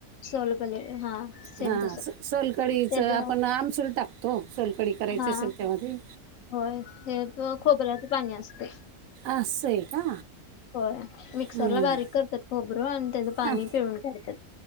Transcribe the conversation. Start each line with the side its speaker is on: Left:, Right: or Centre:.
Left: सोलकले हा सेम
Right: हा
Left: तस
Right: सोलकडीच
Left: त्याच
Right: आपण आमसूल टाकतो तो सलकडी करायची
Left: हा
Right: असेल त्यामध्ये
Left: होय हे तर खोपऱ्याच पाणी असते
Right: अस अस आहे का
Left: होय मिक्सरला
Right: हां
Left: बारीक करतात खोबरं आणि त्याचं पाणी
Right: हां
Left: पिळून काढतात